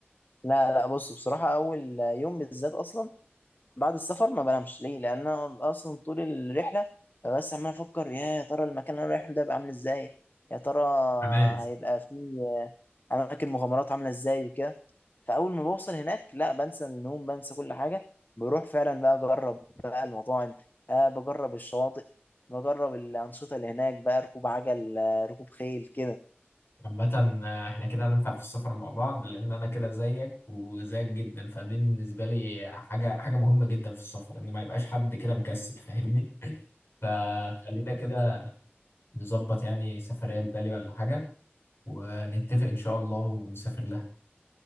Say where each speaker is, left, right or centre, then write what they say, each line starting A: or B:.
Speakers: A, on the left; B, on the left.
A: لا لا بص بصراحه اول يوم بالذات اصلا بعد السفر ما بنامش ليه لان انا اصلا طول الرحله ببقى بس عمال افكر يا يا ترى المكان اللي انا رايح له ده هيبقى عامل ازاي يا ترى
B: حماس
A: هيبقى فيه اماكن مغامرات عامله ازاي وكده فاول ما بوصل هناك لا بنسى النوم بنسى كل حاجه بروح فعلا بقى اجرب بقى المطاعم أه بجرب الشواطئ بجرب الانشطه اللي هناك بقى ركوب عجل آه، ركوب خيل كده
B: عامة آه، احنا كده هننفع في السفر مع بعض لأن أنا كده زيك وزيك جدا فدي بالنسبة لي حاجة حاجة مهمة جدا في السفر إن ما يبقاش حد كده مكسل فاهمني <laughs> فخلينا كده نظبط يعني سفرية لبالي ولا حاجة ونتفق إن شاء الله ونسافر لها